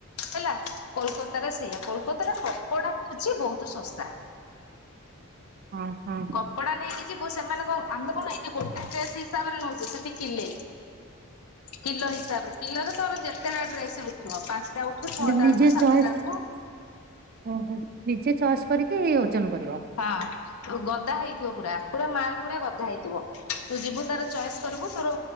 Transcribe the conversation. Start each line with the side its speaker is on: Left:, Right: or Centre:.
Left: ହେଲା କୋଲକତାରେ ସେଇଆ, କୋଲକାତାରେ କପଡା ହଉଛି ବହୁତ ଶସ୍ତା।
Right: ହଁ ହଁ
Left: କ କପଡା ନେଇକି ଯିବୁ ସେମାନେ କଣ ଆମେ କଣ ଏଠି ଗୋଟେ ଡ୍ରେସ୍ ହିସାବରେ ନଉଛେ, ସେଠି କିଲେ, କିଲ ହିସାବରେ କିଲରେ ତୋର ଯେତେ ଡ୍ରେସ୍ ଉଠିବ ପାଞ୍ଚଟା ଉ ଠୁ
Right: ମାନେ
Left: ଛଅଟାଉଠୁ
Right: ନିଜେ
Left: ସାତଟା
Right: ଚଏସ୍
Left: ଉଠୁ।
Right: ଓହୋ, ନିଜେ ଚଏସ୍ କରିକି ଓଜନ କରିବ।
Left: ହଁ, ଗଦା ହେଇଥିବ ପୁରା, ପୁରା ମାଲ ପୁରା ଗଦା ହେଇଥିବ, ତୁ ଯିବୁ ତାର ଚଏସ୍ କରିବୁ ତୋର